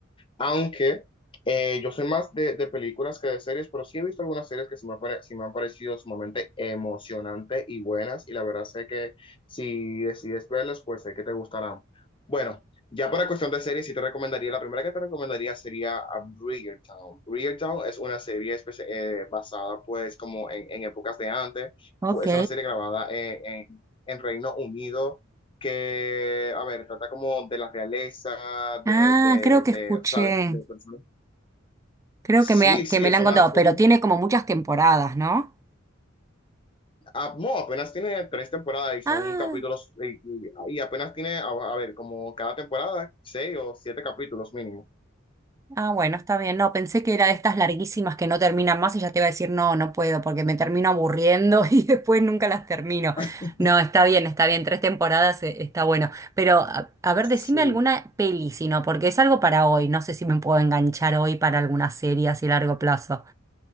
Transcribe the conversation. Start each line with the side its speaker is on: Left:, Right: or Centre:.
Left: Aunque eh, yo soy más de, de películas que de series, pero sí he visto algunas series que sí me, han pare- sí me han parecido sumamente emocionantes y buenas. Y la verdad sé que si decides verlas, pues sé que te gustarán. Bueno, ya para cuestión de series, sí te recomendaría, la primera que te recomendaría sería a Bridgerton. Bridgerton es una serie espe- eh, basada pues como en, en épocas de antes.
Right: Ok.
Left: Fue- es una serie grabada en, en en Reino Unido que, a ver, trata como de la realeza,
Right: Ah,
Left: de, de,
Right: creo que
Left: de,
Right: escuché,
Left: o sea, de, de personas.
Right: creo
Left: Sí,
Right: que me, ha-
Left: sí,
Right: que me
Left: es
Right: la han
Left: una
Right: contado,
Left: serie.
Right: pero tiene como muchas temporadas, ¿no?
Left: Ah, no, apenas tiene tres temporadas y son
Right: Ah.
Left: capítulos, y, y- y apenas tiene, a, a ver, como cada temporada, seis o siete capítulos mínimo.
Right: Ah, bueno, está bien. No, pensé que era de estas larguísimas que no terminan más y ya te iba a decir, no, no puedo, porque me termino aburriendo <laughs> y después nunca las termino.
Left: <laughs>
Right: No, está bien, está bien. Tres temporadas eh, está bueno. Pero, a, a ver, decime
Left: Sí.
Right: alguna peli, si no, porque es algo para hoy. No sé si me puedo enganchar hoy para alguna serie así a largo plazo.